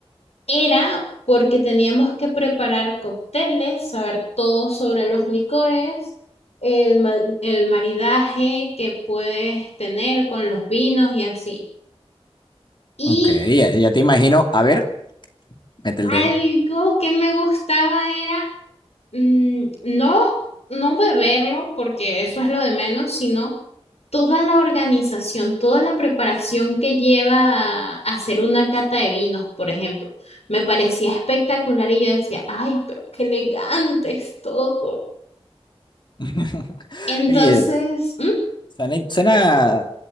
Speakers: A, on the left; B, on the left.
A: Era porque teníamos que preparar cócteles, saber todo sobre los licores, el, ma- el maridaje que puedes tener con los vinos y así. Y
B: ok, ya, ya te imagino. A ver, mete
A: algo
B: el dedo.
A: que me gustaba era mm, no, no beberlo, porque eso es lo de menos, sino toda la organización, toda la preparación que lleva a hacer una cata de vinos, por ejemplo. Me parecía espectacular y yo decía, ay, pero qué elegante es todo.
B: <laughs>
A: Entonces,
B: Oye,
A: ¿m?
B: suena, suena